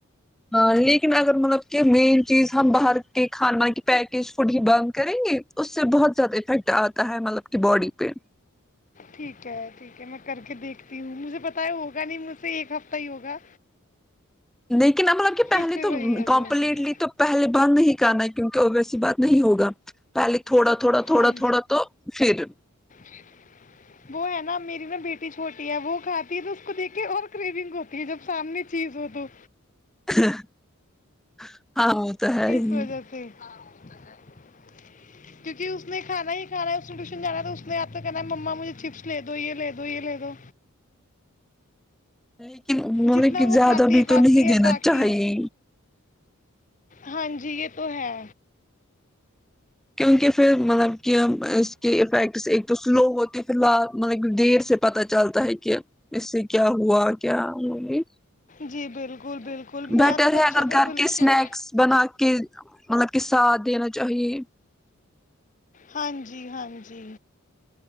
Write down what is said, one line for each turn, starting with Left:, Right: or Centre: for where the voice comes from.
Centre: ہاں ل <inaudible> لیکن اگر مطلب کہ مین چیز ہم باہر کے کھان پیکج فوڈ ہی بند کریں گے اس سے بہت زیادہ افیکٹ آتا ہے مطلب کہ بڑی پہ
Left: ٹھیک ہے ٹھیک ہے میں کر کے دیکھتی ہوں مجھے پتا ہے ہوگا نہیں مجھ سے ایک ہفتہ ہی ہوگا
Centre: لیکن ہم مطلب کہ پہلے
Left: پھر سے
Centre: تو
Left: وہی آ جائے
Centre: کمپٹلی
Left: گا۔
Centre: تو پہلے بند نہیں کرنا کیونکہ ا ویسی بات نہیں ہوگا پہلے تھوڑا تھوڑا تھوڑا
Left: ہاں
Centre: تھوڑا تو پھر
Left: جی وہ ہے نا میری نا بیٹی چھوٹی ہے وہ کھاتی ہے تو اس کو دیک کے اور کرریونگ ہوتی ہے جب سامنے چیز ہو تو
Centre: ہ <inaudible> ہاں وہ تو ہے ہی
Left: اس
Centre: نہیں
Left: وجہ سے کیونکہ اس نے کھانا ہی کھانا ہے اس ٹیوشن جانا تو اس نے آپ تو کہنا معمہ مجھے چپس لے دو یہ لے دو یہ لے دو
Centre: لیکن انھوں
Left: جتنا
Centre: نے کہ
Left: وہ
Centre: زیادہ
Left: کھاتی
Centre: بھی
Left: ہے
Centre: تو
Left: کھاتی
Centre: نہیں
Left: ہے
Centre: دینا
Left: باقی
Centre: چاہیے
Left: ہاں جی یہ تو ہے
Centre: کیونکہ پھر مطلب کہ اس کے افیکٹس ایک تو سلو ہوتے ہیں پ ل مطلب دیر سے پت چلتا ہے کہ اس سے کیا ہوا کیا ہوئی
Left: جی بالکل بالکل
Centre: بیٹر
Left: میں تو بچوں
Centre: ہے اگر
Left: کو
Centre: گھر
Left: بالکل
Centre: کے اسنیکس بنا کے مطلب کہ ساتھ دینا چاہیے
Left: ہاں جی ہاں جی